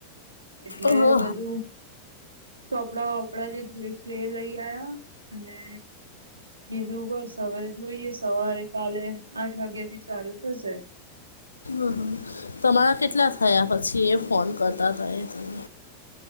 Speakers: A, on the right; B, on the left.
A: એટલે
B: ઓહો
A: બધું ચોપડા વોપડા જે જોઈ સે, એ લઈ આયા. અને બીજું? બસ હવે, જોઈએ. સવારે કાલે આઠ વાગ્યા થી ચાલુ થશે.
B: અમ્મ હ. તમારા કેટલા થયા પછી એ ફોન કરતા હતા એ.